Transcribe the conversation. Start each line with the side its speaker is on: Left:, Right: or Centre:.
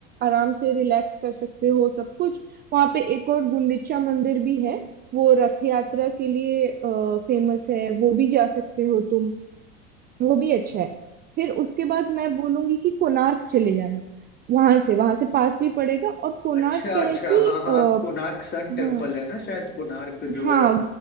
Right: आराम से रिलैक्स कर सकते हो सब कुछ वहां पे एक और गुंडिचा मंदिर भी है वो रथ यात्रा के लिए फेमस है वो भी जा सकते हो तुम वो भी अच्छा है फिर उसके बाद मैं बोलूंगी कि कोणार्क चले जाना वहां से वहां से पास भी पड़ेगा और कोणार्क
Left: अच्छा
Right: क्या
Left: अच्छा
Right: है कि
Left: हाँ हाँ
Right: आ,
Left: कोणार्क सन टेम्पल
Right: हाँ
Left: है ना शायद कोणार्क जो
Right: हाँ
Left: है